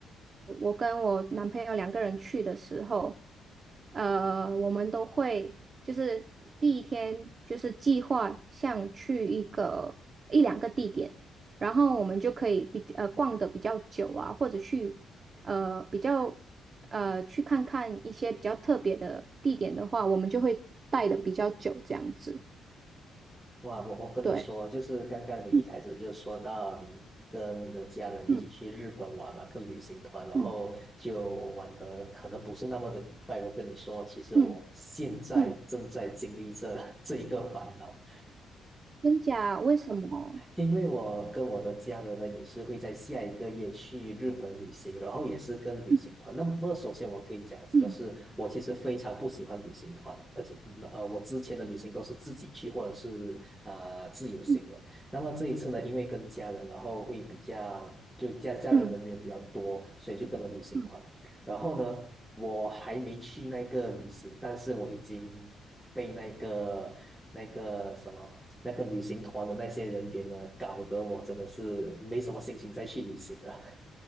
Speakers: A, on the right; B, in the centre.
A: 我跟我男朋友两个人去的时候，呃，我们都会就是第一天就是计划像去一个一两个地点，然后我们就可以比呃逛的比较久啊，或者去呃比较。呃，去看看一些比较特别的地点的话，我们就会待的比较久，这样子。
B: 哇，我我跟你说，
A: 对，
B: 就是刚刚你一开始就说到你跟你的家人一起去日本玩嘛，
A: 嗯嗯
B: 跟旅行团，然后就玩的可能不是那么的愉快。
A: 嗯
B: 我跟你说，其实我现在正在经历这
A: 嗯嗯，
B: <laughs> 这一个烦恼。
A: 真假？为什么？
B: 因为我跟我的家人呢，也是会在下一个月去日本旅行，然后也是跟旅行团。
A: 嗯
B: 那么，首先我可以讲的是，
A: 嗯
B: 我其实非常不喜欢旅行团，而且呃，我之前的旅行都是自己去或者是呃自由行的。
A: 嗯
B: 那么这一次呢，因为跟家人，然后会比较就家家人人员比较多，
A: 嗯
B: 所以就跟了旅行团。
A: 嗯，
B: 然后呢，我还没去那个旅行，但是我已经被那个那个什么。那个旅行团的那些人员呢，搞得我真的是没什么心情再去旅行了。